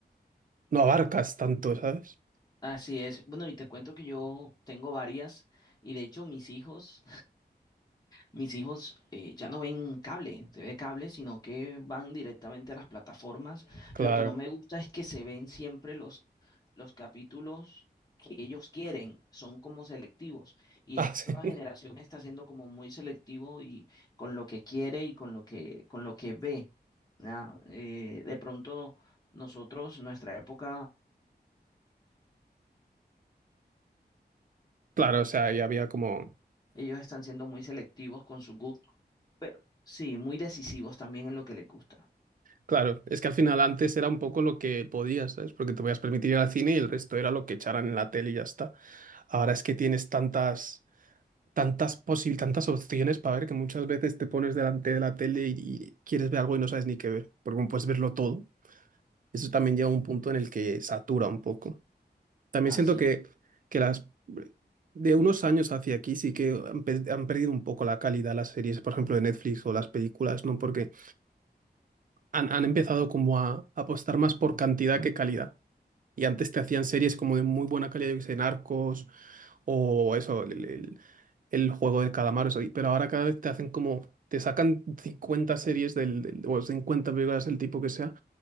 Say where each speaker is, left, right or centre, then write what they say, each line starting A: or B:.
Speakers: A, on the right; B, on the left.
A: no abarcas tanto, ¿sabes?
B: Así es. Bueno, y te cuento que yo tengo varias y de hecho mis hijos... Mis hijos eh, ya no ven cable, se ve cable, sino que van directamente a las plataformas.
A: Claro.
B: Lo que no me gusta es que se ven siempre los, los capítulos que ellos quieren, son como selectivos. Y
A: Ah,
B: esta
A: <laughs>
B: nueva
A: sí.
B: generación está siendo como muy selectivo y con lo que quiere y con lo que, con lo que ve. ¿ya? Eh, de pronto nosotros, nuestra época,
A: Claro, o sea, ya había como...
B: ellos están siendo muy selectivos con sus gustos, pero sí, muy decisivos también en lo que les gusta.
A: Claro, es que al final antes era un poco lo que podías, ¿sabes? Porque te podías permitir ir al cine y el resto era lo que echaran en la tele y ya está. Ahora es que tienes tantas tantas posibles, tantas opciones para ver que muchas veces te pones delante de la tele y, y quieres ver algo y no sabes ni qué ver, porque como puedes verlo todo, eso también llega a un punto en el que satura un poco. También
B: Así,
A: siento que, que las de unos años hacia aquí sí que han, pe- han perdido un poco la calidad las series, por ejemplo, de Netflix o las películas, ¿no? Porque han, han empezado como a, a apostar más por cantidad que calidad. Y antes te hacían series como de muy buena calidad, yo que sé, Narcos o eso, el, el- el juego del calamar, eso. y- Pero ahora cada vez te hacen como, te sacan 50 series del, del- o 50 películas el tipo que sea,